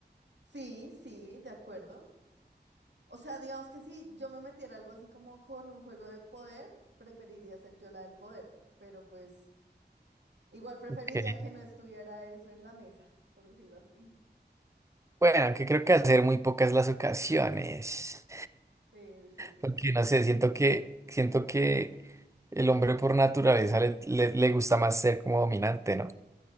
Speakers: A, on the right; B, on the right.
A: Sí, sí, de acuerdo. O sea, digamos que si yo me metiera algo así como con un juego de poder, preferiría ser yo la del poder, pero pues igual preferiría
B: Ok.
A: que no estuviera eso en la mesa, <laughs> por decirlo así.
B: Bueno, aunque creo que hacer muy pocas las ocasiones.
A: Sí, sí, sí,
B: Porque
A: sí, real.
B: no sé, siento que, siento que el hombre por naturaleza le, le- le gusta más ser como dominante, ¿no?